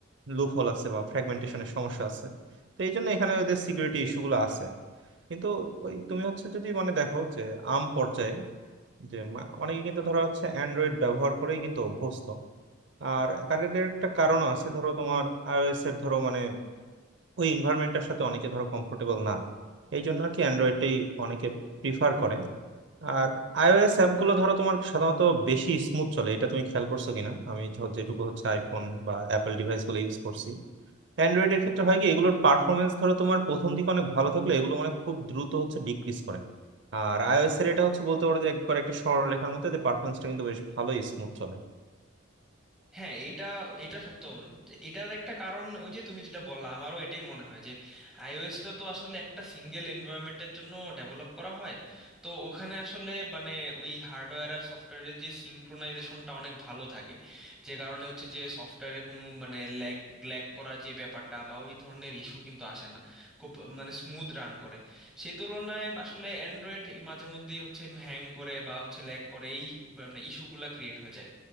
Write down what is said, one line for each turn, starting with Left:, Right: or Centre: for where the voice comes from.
Right: লুপ হোল আছে বা ফ্র্যাগমেন্টেশনের সমস্যা আছে তো এই জন্য এখানে ওদের সিকিউরিটি ইস্যুগুলো আছে কিন্তু ওই তুমি হচ্ছে যদি মানে দেখো যে আম পর্যায়ে যে মা- অনেকে কিন্তু ধরো হচ্ছে অ্যান্ড্রয়েড ব্যবহার করেই কিন্তু অভ্যস্ত আর তার এর একটা কারণ আছে ধরো তোমার আইওএস এর ধরো মানে ওই এনভায়রনমেন্টটার সাথে অনেকে ধরো কমফোর্টেবল না এই জন্য আর কি অ্যান্ড্রয়েডটাই অনেকে প্রিফার করে আর আইওএস অ্যাপগুলো ধরো তোমার সাধারণত বেশি স্মুথ চলে এটা তুমি খেয়াল করছো কিনা আমি য- যেটুকু হচ্ছে আইফোন বা অ্যাপল ডিভাইসগুলো ইউজ করছি অ্যান্ড্রয়েডের ক্ষেত্রে হয় কি এগুলোর পারফরমেন্স ধরো তোমার প্রথম দিকে অনেক ভালো থাকলে এগুলো মানে খুব দ্রুত হচ্ছে ডিক্রিজ করে আর আইওএস এর এটা হচ্ছে বলতে পারো যে একবার একটা সরল লেখার মধ্যে এদের পারফরমেন্সটা কিন্তু বেশ ভালোই স্মুথ চলে
Centre: হ্যাঁ এটা এটা সত্য এটার একটা কারণ ওই যে তুমি যেটা বললা আমারও এটাই মনে হয় যে আইওএসটা তো আসলে একটা সিঙ্গেল এনভায়রনমেন্টের জন্য ডেভেলপ করা হয় তো ওখানে আসলে মানে ওই হার্ডওয়্যার আর সফটওয়্যারের যে সিঙ্ক্রোনাইজেশনটা অনেক ভালো থাকে যে কারণে হচ্ছে যে সফটওয়্যারে কোনো মানে ল্যাগ ল্যাগ করা যে ব্যাপারটা বা ওই ধরনের ইস্যু কিন্তু আসে না খুব মানে স্মুথ রান করে সেই তুলনায় আসলে অ্যান্ড্রয়েড মাঝে মধ্যেই হচ্ছে হ্যাং করে বা হচ্ছে ল্যাগ করে এই মানে ইস্যুগুলা ক্রিয়েট হয়ে যায়